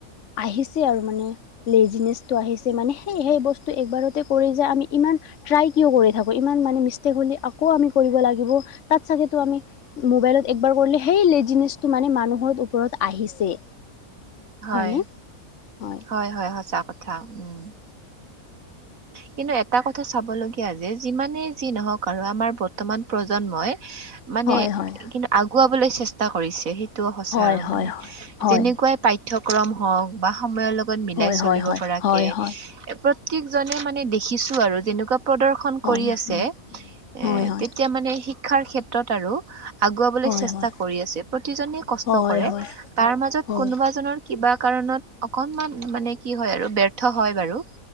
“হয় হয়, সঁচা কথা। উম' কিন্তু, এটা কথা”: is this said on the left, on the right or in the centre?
Right